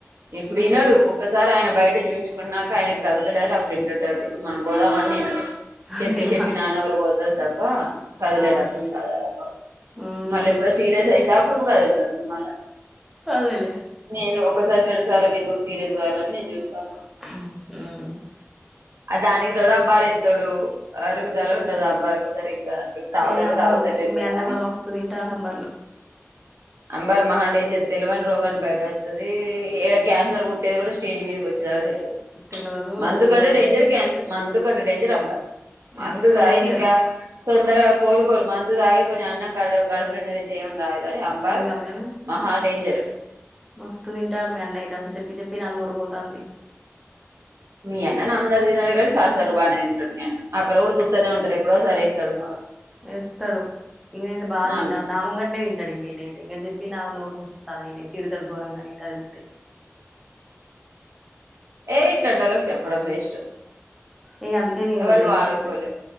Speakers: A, on the right; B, in the centre.
A: ఇప్పుడు వినడు
B: అదే
A: ఒక్కసారి ఆయన బయట చూయించుకున్నాక ఆయనకు తగ్గుతాలేదు అప్పుడు ఇంటాడు లేకపోతే మనం పోదామన్నా వినరు.
B: అంతేనా
A: చెప్పి చెప్పి నా. నోరు పోతాది తప్ప కదిలే
B: ఆ
A: రకం కాదు ఆ రకం
B: ఉమ్
A: మళ్ళా ఎప్పుడో సీరియస్ అయితా అప్పుడు కదులుతాడు మళ్ళా.
B: అదేలే
A: నేను ఒకసారి రండు సార్ల్ కి ఎందుకు సీరియస్ కావాలని నేను చూస్తున్నా.
B: మ్
A: ఆ దానికి తోడు అంబారు ఎత్త్తడు అరుగుదల ఉండదు అంబార్ కు సరిగ ఇప్పుడు తాగుడు
B: ఏ
A: అయితే
B: అంబరు
A: తాగుతా లేడు
B: మీ అన్న
A: కానీ
B: కూడా మస్తు తింటాండు అంబర్లు
A: అంబార్ మహాడేంజర్. తెలివని రోగాన్ని బయటకు పెడతాది. ఏడ క్యాన్సర్ పుట్టేది కూడా స్టేజ్ మీదకి వచ్చేదాక తెల్వదు.
B: తెలవదు
A: మందు
B: అసలు
A: కంటే డేంజర్ క్యాన్సర్. మందు కంటే డేంజర్ అబ్బా
B: మస్తు
A: మందు తాగడు
B: డేంజరు
A: ఇంక తొందర కోల్ కోరు మందు తాగి కొంచెం అన్నం కడుపు నిండా అన్నం తింటే ఏం కాదు. అంబారు
B: ఏం కాదు కానీ
A: మహా డేంజర్
B: మస్తు తింటాడు మీ అన్న అయితే. అసలు చెప్పి చెప్పి నా నోరు పోతాంది
A: మీ అన్న నాముందర తినరు గాని సార్ సారు బానే నేను అక్కడ కూడా చూస్తూనే ఉంటారు. ఎప్పుడో ఒకసారి ఎస్తానేఉంటాడు.
B: ఏస్తాడు ఈనైతే బాగా
A: మా
B: తింటాడు.
A: అన్న
B: నాముంగటనే తింటాడు. ఇంకనైతే ఇంక చెప్ నా నోరు మూసుకుంటాను అని నన్నే తిడతాడు ఘోరంగా. ఇంక అంతే
A: ఏయ్ ఇట్లాంట వాళ్ళకి చెప్పడం వేస్ట్.
B: ఇంక అందుకే నేను
A: ఎవళ్ళు
B: వదిలేసినా
A: మానుకోలే